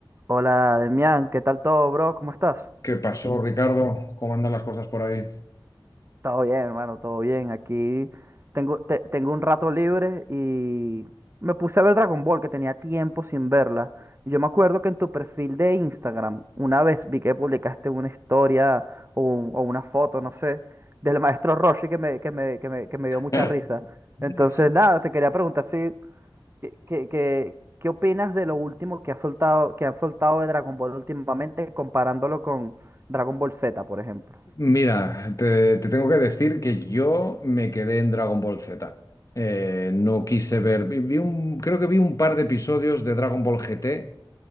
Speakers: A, on the right; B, on the left.
A: Hola, Demian, ¿qué tal todo, bro? ¿Cómo estás?
B: ¿Qué pasó, Ricardo? ¿Cómo andan las cosas por ahí?
A: Todo bien, hermano, todo bien. Aquí tengo, te- tengo un rato libre y me puse a ver Dragon Ball, que tenía tiempo sin verla. Y yo me acuerdo que en tu perfil de Instagram, una vez vi que publicaste una historia o, un- o una foto, no sé, del maestro Roshi que me, que me, que me, que me dio mucha
B: <laughs>
A: risa. Entonces,
B: S-
A: nada, te quería preguntar si ¿Qué, qué, qué- qué opinas de lo último que ha soltado, que han soltado de Dragon Ball últimamente, comparándolo con Dragon Ball Z, por ejemplo?
B: Mira, te, te tengo que decir que yo me quedé en Dragon Ball Z. Eh, no quise ver, vi- vi un- creo que vi un par de episodios de Dragon Ball GT